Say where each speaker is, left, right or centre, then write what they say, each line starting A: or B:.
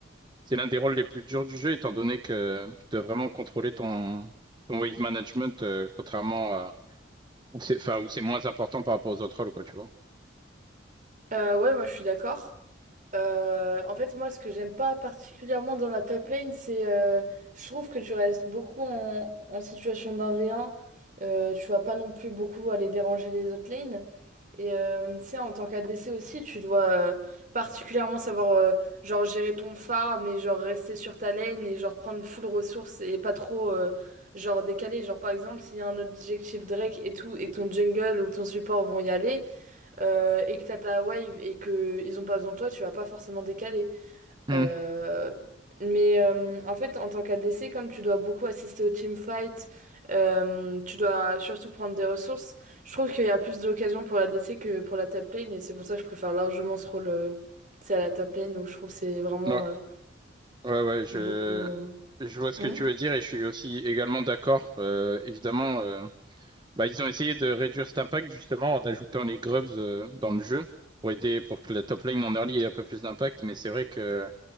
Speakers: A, on the right; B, on the right.
A: c'est l'un des rôles les plus durs du jeu, étant donné que tu dois vraiment contrôler ton, ton wave management, euh, contrairement à où c'est, enfin, où c'est moins important par rapport aux autres rôles, quoi, tu vois.
B: Euh, ouais, moi je suis d'accord. Euh, en fait, moi, ce que j'aime pas particulièrement dans la top lane, c'est euh, je trouve que tu restes beaucoup en, en situation d'un v un. Euh, tu vas pas non plus beaucoup aller déranger les autres lanes. Et euh, tu sais, en tant qu'ADC aussi, tu dois euh, particulièrement savoir euh, genre gérer ton phare, mais genre rester sur ta lane et genre prendre full ressources et pas trop euh, genre décaler. Genre par exemple, s'il y a un objectif Drake et tout, et que ton jungle ou ton support vont y aller euh, et que t'as ta wave et que ils ont pas besoin de toi, tu vas pas forcément décaler.
A: Hmm.
B: Euh, mais euh, en fait, en tant qu'ADC, comme tu dois beaucoup assister au teamfight, euh, tu dois surtout prendre des ressources. Je trouve qu'il y a plus d'occasions pour l'ADC que pour la top lane et c'est pour ça que je préfère largement ce rôle euh, tu sais, à la top lane où je trouve que c'est vraiment
A: Ouais.
B: euh,
A: Ouais, ouais, je,
B: beaucoup. euh,
A: je vois ce
B: hmm
A: que tu veux dire et je suis aussi également d'accord. Euh, évidemment, euh, bah, ils ont essayé de réduire cet impact justement en ajoutant les grubs euh, dans le jeu pour aider pour que la top lane en early ait un peu plus d'impact. Mais c'est vrai que